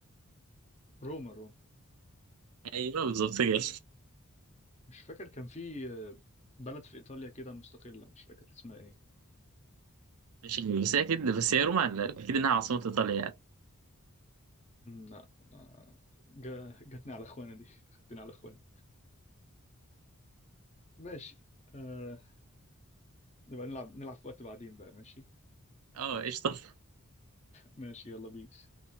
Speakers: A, on the left (about 30°); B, on the right (about 85°).
A: روما روما
B: ايوه بالظبط كده
A: مش فاكر كان في آه، بلد في إيطاليا كده مستقلة مش فاكر اسمها ايه
B: مش عارف، بس هي اكيد بس هي روما اكيد انها عاصمة ايطاليا يعني
A: مم، لا آه، جا- جاتني على اخواني دي <laughs> خدتني على اخواني ماشي آه، نبقى نلعب نلعب في وقت بعدين بقى ماشي
B: اه قشطة
A: ماشي يلا بيس